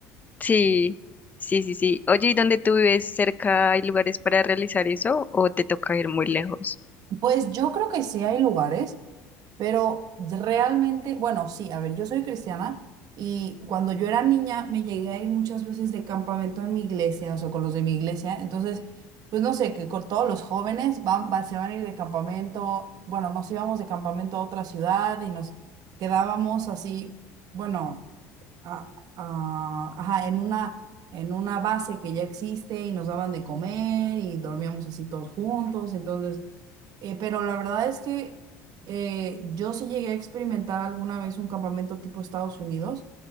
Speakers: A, on the left; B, on the right.
A: Sí, sí, sí, sí. Oye, ¿y dónde tú vives? ¿Cerca hay lugares para realizar eso o te toca ir muy lejos?
B: Pues yo creo que sí hay lugares. Pero realmente, bueno, sí, a ver, yo soy cristiana y cuando yo era niña me llegué a ir muchas veces de campamento en mi iglesia, o sea, con los de mi iglesia. Entonces, pues no sé, que con todos los jóvenes van, van- se van a ir de campamento. Bueno, nos íbamos de campamento a otra ciudad y nos quedábamos así, bueno, a- a- ajá, en una, en una base que ya existe y nos daban de comer y dormíamos así todos juntos. Entonces, eh, pero la verdad es que eh, yo sí llegué a experimentar alguna vez un campamento tipo Estados Unidos.